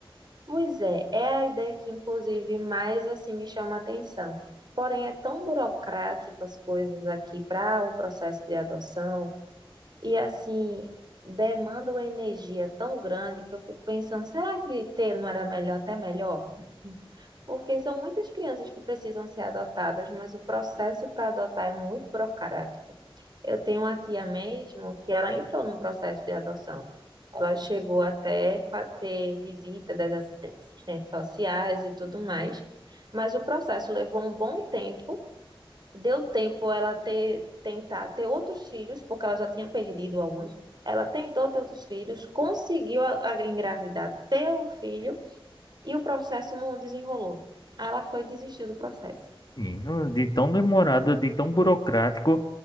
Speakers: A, on the right; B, on the left.
A: Pois é, é a ideia que, inclusive, mais assim me chama a atenção. Porém, é tão burocrático as coisas aqui para o processo de adoção E assim, demanda uma energia tão grande que eu fico pensando, será que ter não era melhor, até melhor? Porque são muitas crianças que precisam ser adotadas, mas o processo para adotar é muito burocrático. Eu tenho uma tia mesmo que ela entrou no processo de adoção. Ela chegou até a ter visita das assisten- assistentes sociais e tudo mais, mas o processo levou um bom tempo Deu tempo ela ter, tentar ter outros filhos, porque ela já tinha perdido alguns. Ela tentou ter outros filhos, conseguiu a- a engravidar, ter o filho, e o processo não desenrolou. Aí Ela foi desistir do processo.
B: E não- de tão demorado, de tão burocrático,